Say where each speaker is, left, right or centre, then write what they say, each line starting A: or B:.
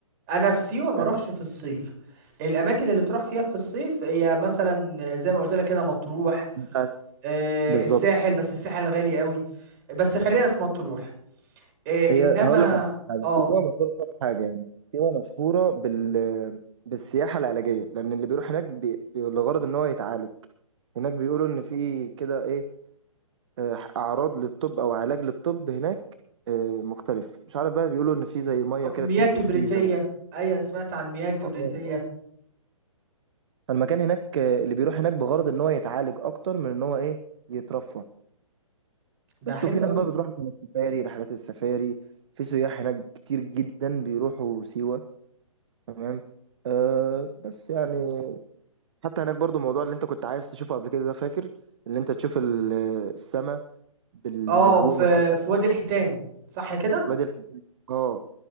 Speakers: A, on the right; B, on the right.
A: انا في سيوه ما
B: يعني
A: اروحش في الصيف الاماكن اللي تروح فيها في الصيف هي مثلا زي ما قلت لك كده مطروح
B: انت
A: آه
B: بالظبط
A: الساحل بس الساحل غالي قوي بس خلينا في مطروح آه
B: هي
A: انما
B: هقول لك على حاجه
A: اه
B: سيوه مشهوره بحاجه يعني سيوه مشهوره بال بالسياحه العلاجيه لان اللي بيروح هناك بي... بي... لغرض ان هو يتعالج هناك بيقولوا ان في كده ايه آه، اعراض للطب او علاج للطب هناك آه، مختلف مش عارف بقى بيقولوا ان في زي ميه كده
A: مياه
B: بتنزل
A: كبريتيه
B: فيها
A: ايوه سمعت عن مياه كبريتيه
B: اه اه آه. فالمكان هناك آه، اللي بيروح هناك بغرض ان هو يتعالج اكتر من ان هو ايه يترفه
A: ده
B: بس
A: حلو
B: وفي ناس
A: قوي
B: بقى بتروح عشان السفاري رحلات السفاري في سياح هناك كتير جدا بيروحوا سيوة تمام أه بس يعني حتى هناك برضو الموضوع اللي انت كنت عايز تشوفه قبل كده ده فاكر اللي انت تشوف السماء بالنجوم
A: اه في
B: والحاجات
A: في وادي الحيتان صح كده
B: دي الحاجات دي. اه